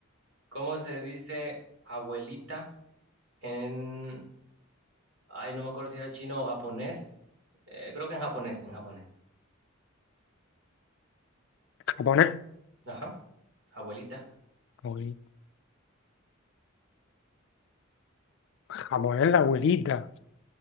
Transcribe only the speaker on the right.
¿Cómo se dice abuelita en, ay, no me acuerdo si era chino o japonés? Eh, creo que en japonés, en japonés.
Ajá, abuelita.